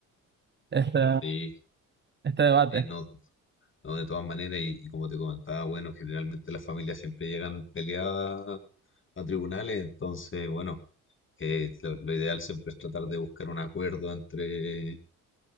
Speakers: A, on the right; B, on the left.
A: este,
B: Sí,
A: este debate.
B: sí, no, no, de todas maneras, y, y como te comentaba, bueno, generalmente las familias siempre llegan peleadas a tribunales, entonces, bueno, eh, lo, lo ideal siempre es tratar de buscar un acuerdo entre